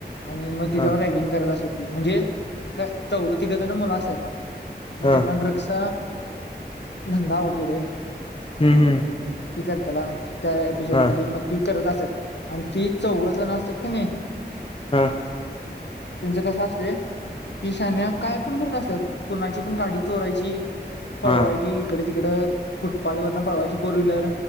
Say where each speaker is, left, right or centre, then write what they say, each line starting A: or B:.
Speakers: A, on the left; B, on the left.
A: आणि मग तिच्यावर
B: हा
A: रॅगिंग करत असेत, ती म्हणजे चौघ तिघ जण मुलं असतात. मे
B: हा
A: ना ड्रग्स धंदा आवडतो रे
B: हम्म हम्म
A: ती कर त्याला त्या एपिसोडमध्ये
B: हा
A: मग ती करत असत आणि ती चौव जण असत कि नाही
B: हा
A: त्यानचं कसं असतेय. ती शान्या काय पण करत असत, कुणाची पण गाडी चोरायची. पळवायची
B: हा
A: इकडे तिकडं फुटपाथ वरन पळवायची फोर व्हीलर.